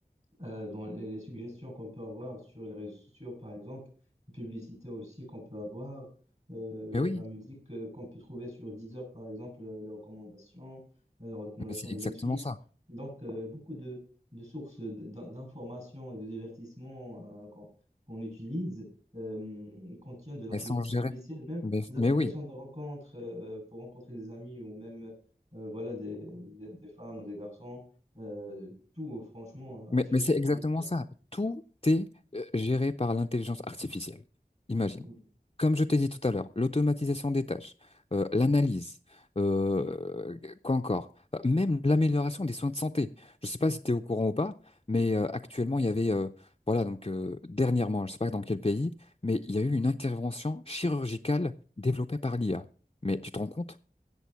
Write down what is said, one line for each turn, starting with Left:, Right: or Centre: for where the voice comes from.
Right: euh, dans les les suggestions qu'on peut avoir sur les réseaux sociaux, par exemple, les publicités aussi qu'on peut avoir, euh, la,
Left: Mais oui,
Right: la musique euh, qu'on peut trouver sur Deezer, par exemple, euh, les recommandations, euh, les recommandations
Left: mais c'est
Right: de
Left: exactement
Right: Netflix.
Left: ça.
Right: Donc, euh, beaucoup de, de sources d- d'in- d'informations et de divertissements euh, qu'on qu'on utilise. euh, contiennent de l'intelligence
Left: Elles sont gérées.
Right: artificielle, même
Left: Mais,
Right: des applications
Left: mais oui,
Right: de rencontre euh, pour rencontrer des amis ou même euh, voilà des, des, des femmes ou des garçons. Euh, tout, euh, franchement, euh,
Left: Mais,
Right: l'intelligence
Left: mais c'est
Right: artificielle,
Left: exactement ça. Tout est euh, géré par l'intelligence artificielle. Imagine.
Right: Mm.
Left: Comme je t'ai dit tout à l'heure, l'automatisation des tâches, euh, l'analyse, euh, quoi encore, Euh, même l'amélioration des soins de santé. Je ne sais pas si tu es au courant ou pas, mais euh, actuellement, il y avait, euh, voilà, donc euh, dernièrement, je ne sais pas dans quel pays, mais il y a eu une intervention chirurgicale développée par l'IA. Mais tu te rends compte?